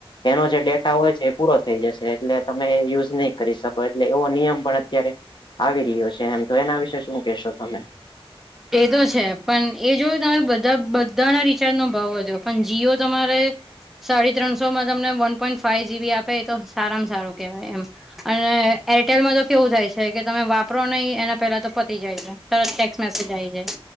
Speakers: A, on the left; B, in the centre.
A: એનો જે ડેટા હોય છે એ પૂરો થઈ જશે એટલે તમે યુઝ નહી કરી શકો એટલે એવો નિયમ પણ અત્યારે આવી રહ્યો છે એમ, તો એના વિશે શું કેશો તમે?
B: એ તો છે પણ એ જોયું તમે બધા બધાના રિચાર્જનો ભાવ વધો પણ જીઓ તમારે સાડી ત્રણસો માં તમને વન પોઈન્ટ ફાઇઈવ જી બી આપે એ તો સારામાં સારું કેહેવાય એમ. અને એરટેલમાં તો કેવું થાય છે કે તમે વાપરો નહીં એના પેલા તો પતી જાય છે. તરત ટેક્સ મેસેજ આવી જાય